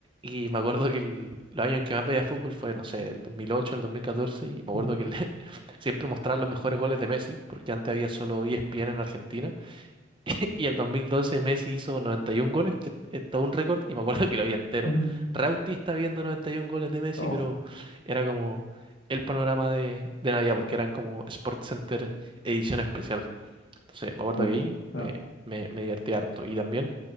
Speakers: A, on the right; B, on the left.
A: Y me acuerdo que el, los años en que más veía fútbol fue, no sé, el 2008, el 2014, y me acuerdo
B: Mm,
A: que el- <laughs> siempre mostraban los mejores goles de Messi, porque antes había solo ESPN en Argentina. <laughs> Y el 2012 Messi hizo 91 goles, que es todo un récord, y me acuerdo que lo vi entero.
B: mm.
A: Re autista viendo 91 goles de Messi,
B: Oh,
A: pero era como el panorama de, de Navidad, porque eran como Sports Center edición especial. Entonces, me acuerdo
B: uh,
A: que ahí me,
B: ah,
A: me, me divertí harto. Y también,